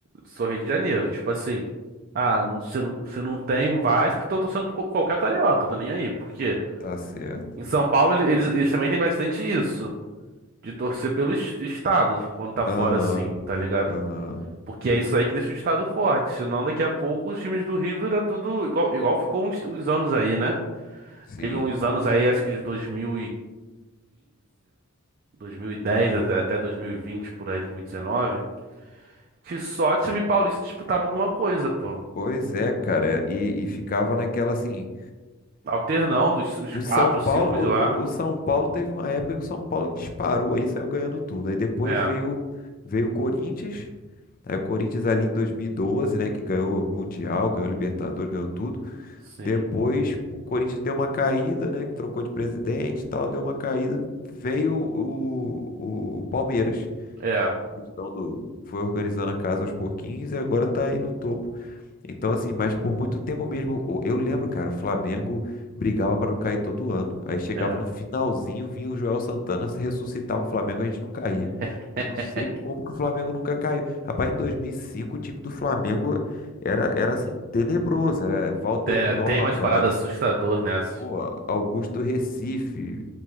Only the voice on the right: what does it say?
Sou Rio de Janeiro, tipo assim. Ah, se não, se não tem Vasco, tô torcendo por qualquer carioca, tô nem aí. Porque
em São Paulo ele- eles, eles também têm bastante isso, de torcer pelo es- estado, quando tá fora
assim, tá ligado?
Porque é isso aí que deixa o estado forte. Senão daqui a pouco os times do Rio era tudo igual, igual ficou uns, uns anos aí, né?
Teve uns anos aí, acho que de 2015, 2010 até 2020, por aí, 2019. que só time paulista disputava alguma coisa, pô.
Alternando os, os
quatro,
cinco
de lá.
É,
sim.
É,
é.
<laughs>
É,
tem umas paradas
assustadoras nessa.